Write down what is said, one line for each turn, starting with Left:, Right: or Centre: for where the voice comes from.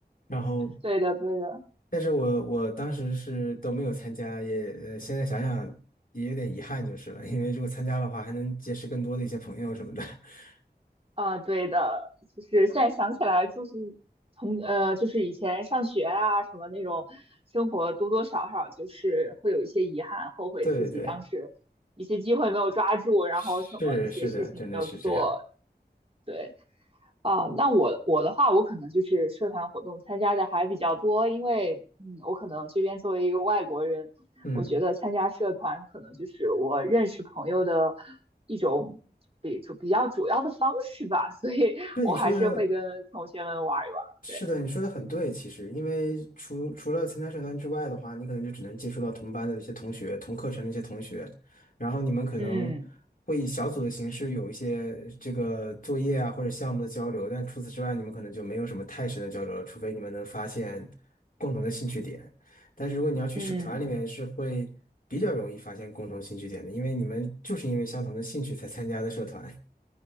Left: 然后
Right: 对的对的。
Left: 但是我我当时是都没有参加，也呃现在想想也有点遗憾就是了，因为如果参加的话，还能结识更多的一些朋友什么的。<laughs>
Right: 啊，对的，就是现在想起来，就是从呃，就是以前上学啊，什么那种生活，多多少少就是会有一些遗憾，后悔自己当时一些机会没有抓住，
Left: 对对，
Right: 然后什么一些事情没有做，
Left: 是是的，真的是这样。
Right: 对。啊，那我我的话，我可能就是社团活动参加的还比较多，因为嗯，我可能这边作为一个外国人，
Left: 嗯，
Right: 我觉得参加社团可能就是我认识朋友的一种比主比较主要的方式吧，<laughs> 所以我还是会跟同学们玩一玩。
Left: 对你说的，是的，
Right: 对，
Left: 你说的很对。其实，因为除除了参加社团之外的话，你可能就只能接触到同班的一些同学、同课程的一些同学，然后你们可能
Right: 嗯
Left: 会以小组的形式有一些这个作业啊或者项目的交流，但除此之外，你们可能就没有什么太深的交流了，除非你们能发现共同的兴趣点。但是如果你要去社团里面，
Right: 嗯
Left: 是会比较容易发现共同兴趣点的，因为你们就是因为相同的兴趣才参加的社团。